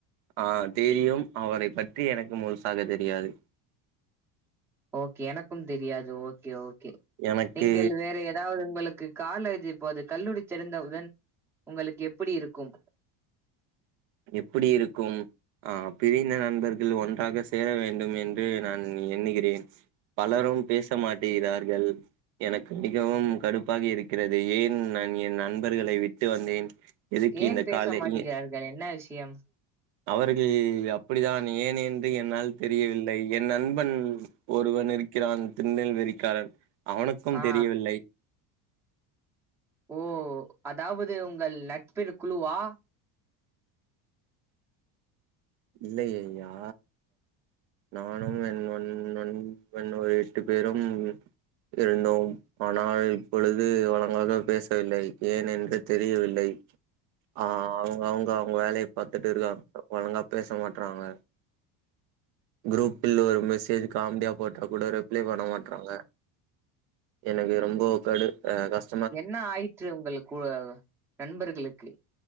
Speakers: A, on the right (about 65°); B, in the centre.
A: ஆ தெரியும் அவரை பத்தி எனக்கு முழுசாக தெரியாது
B: ஓகே எனக்கு தெரியாது ஓகே ஓகே
A: எனக்கு
B: நீங்கள் வேற எத் அதாவது உங்களுக்கு கால்லேஜி இப்போது கல்லுரி திறந்த உடன் உங்களுக்கு எப்படி இருக்கும்
A: எப்புடி இருக்கும் ஆ பிரிந்த நண்பர்கள் ஒன்றாக சேர வேண்டும் என்று நான் எண்ணுகிறேன் பலரும் பேச மாட்டிகிறார்கள் எனக்கு மிகவும் கடுப்பாக இருக்கிறது என் நான் என் நண்பர்களை விட்டு வந்தேன் எதுக்கு
B: ஏன்
A: இந்த
B: பேச
A: காலை
B: மாட்டிகிறார்கள் என்ன விஷ்யம்
A: அவர்கள் அப்படிதான் ஏன் என்று என்னால் தெரியவில்லை என் நண்பன் ஒருவன் இருக்கிறான் திருநெல் வேலிகாரன் அவனுக்கும்
B: ஆ
A: தெரியவில்லை
B: ஓ அதாவது உங்கள் நட்பின் குழுவா
A: இல்லை அய்யா நானும் என்னொன் என் <unintelligible> ஒரு எட்டு பேரும் இருந்தோம் ஆனால் இப்பொழுது அவர்களாக பேசவில்லை ஏன் என்று தெரியவில்லை ஆ அவுங்க அவுங்க அவுங்க வேலைய பாத்துட்டு இருக்காங்க ஒழுங்கா பேச மாட்றாங்க குரூப்பில் ஒரு மெசேஜ் காமெடியா போட்டா கூட ரிப்ளை பண்ண மாட்றாங்க எனக்கு ரொம்ப கடு அ கஷ்
B: என்ன ஆயிற்று உங்கள் கு நண்பர்களுக்கு